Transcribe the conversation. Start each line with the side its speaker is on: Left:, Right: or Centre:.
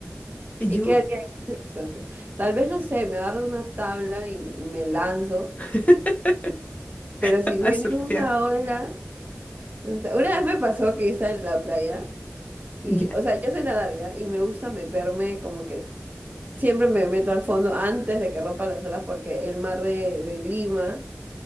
Left: yo
Right: qué, qué haría en circunstancias. Tal vez, no sé, me agarro de una tabla y me lanzo,
Left: <laughs>
Right: pero si
Left: a
Right: viene
Left: surfear.
Right: una ola... No sé, una vez me pasó que estaba en la playa y,
Left: Ya.
Right: o sea, yo sé nadar ya y me gusta meterme como que siempre me meto al fondo antes de que rompan las olas porque el mar de, de Lima